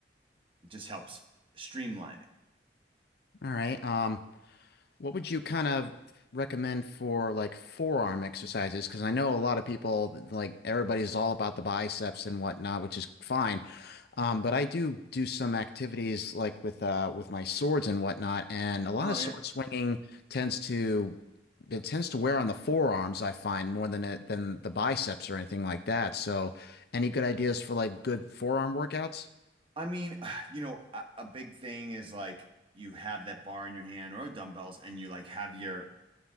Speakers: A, on the right (about 30°); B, on the left (about 60°).
A: it just helps streamline it.
B: all right. Um, what would you kind of recommend for like forearm exercises? Because I know a lot of people like everybody's all about the biceps and whatnot, which is fine. Um, but I do do some activities like with uh, with my swords and whatnot, and a lot
A: Oh
B: of sword
A: yeah.
B: swinging tends to it tends to wear on the forearms, I find, more than it than the biceps or anything like that. So, any good ideas for like good forearm workouts?
A: I mean, <sighs> you know, a, a big thing is like you have that bar in your hand or dumbbells and you like have your